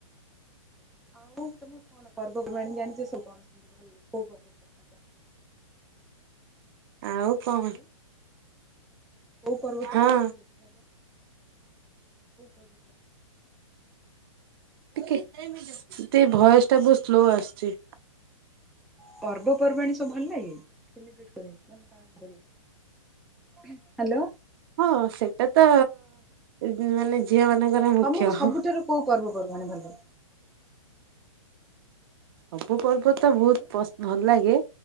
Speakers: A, in the centre; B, on the right.
A: ପର୍ବ ପର୍ବାଣୀ ଜାଣିଚ ସବୁ <inaudible>
B: ଆଉ କଣ।
A: ହ୍ୟାଲୋ କୋଉ ପର୍ବପର୍ବାଣୀ
B: ହଁ।
A: ଭଲ କହିଲ କୋଉ ପର୍ବ
B: ଟିକେ ସେ ଭଏସ ଟା ବହୁତ ସ୍ଲୋ ଆସୁଚି।
A: ପର୍ବପର୍ବାଣୀ ସବୁ ଭଲ ଲାଗେ ସେଲିବ୍ରେଟି କରିବାକୁ ମାନେ ପାଳନ କରିବାକୁ। ହାଲୋ।
B: ହଁ ସେଟା ତ ମାନେ ଝିଅ ମାନଙ୍କର ମୁଖ୍ୟ
A: ତମକୁ ସବୁଠାରୁ
B: ହଁ।
A: କୋଉ ପର୍ବ ପର୍ବାଣି ଭଲ ଲାଗେ।
B: ସବୁ ପର୍ବ ତ ବହୁତ
A: ହ୍ୟାଲୋ
B: ବହୁତ ଭଲ ଲାଗେ